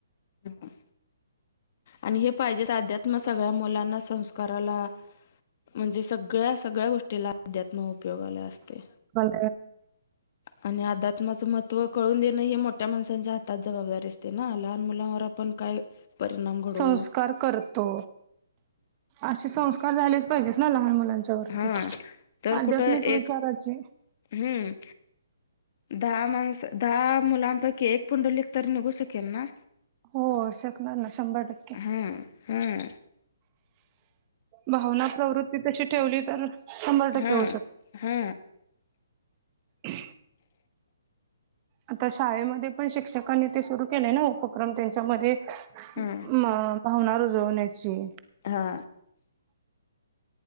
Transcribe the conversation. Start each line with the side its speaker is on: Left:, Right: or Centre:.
Left: ह. आणि हे पाहिजे अध्यात्म सगळ्या मुलांना संस्काराला म्हणजे सगळ्या सगळ्या गोष्टीला अध्यात्म उपयोग आला असते.
Right: मल
Left: आणि अध्यात्माचं महत्त्व कळून देणं हे मोठ्या माणसांच्या हातात जबाबदारी असते ना लहान मुलांवर आपण काय? परिणाम घडवू
Right: संस्कार करतो असे संस्कार झालेच पाहिजेत ना लहान मुला त्यां वती
Left: हा तर
Right: आध्यात्मिक
Left: कुठं
Right: विचाराची
Left: एक हम्म. दहा माणस दहा मुलांपैकी एक पुंडलीिक तर निघू शकेल ना.
Right: हो शकणार ना शंभर टक्के
Left: हा हा
Right: भावना प्रवृत्ती तशी ठेवली तर शंभर टक्के
Left: हा
Right: होऊ शकते
Left: हा.
Right: ह. आता शाळेमध्ये पण शिक्षकांनी ते सुरू केलंय ना उपक्रम त्यांच्यामध्ये
Left: हा
Right: म भावना रुजवण्याची
Left: हा.